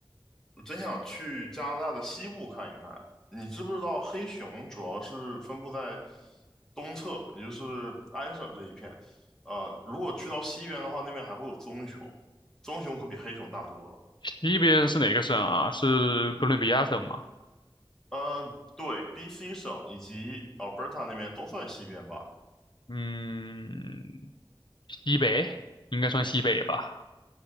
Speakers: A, in the centre; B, on the left (about 65°).
A: 我真想去加拿大的西部看一看。你知不知道黑熊主要是分布在东侧，也就是安省这一片。呃，如果去到西边的话，那边还会有棕熊，棕熊可比黑熊大多了。
B: 西边是哪个省啊？是哥伦比亚省吗？
A: 嗯、对，BC 省以及 Alberta 那边都算西边吧。
B: 嗯，西北应该算西北吧。